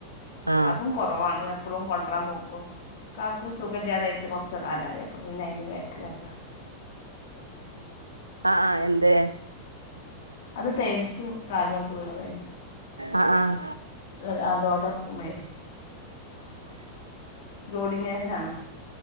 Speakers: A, on the right (about 85°); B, on the left (about 50°).
A: ആഹ്
B: അതും കുറവാണ് എപ്പളും കൊണ്ടരാൻ പോക്കും കാക്കൂ സുഖം ഇല്ലാതായിട്ട് കുറച്ച് കാലായി അപ്പ പിന്നെ അതിന്റെ ബേക്കിലാ ഇപ്പൊ
A: അഹ് അഹ് എന്തേ
B: അത് ടൈൽസ് കാല്മ്മക്ക്‌ വീണത അയ്ന്
A: അ ആഹ്
B: അഹ് ലോടെർക്കു മേ ലോഡിങ്ങേരനാണ്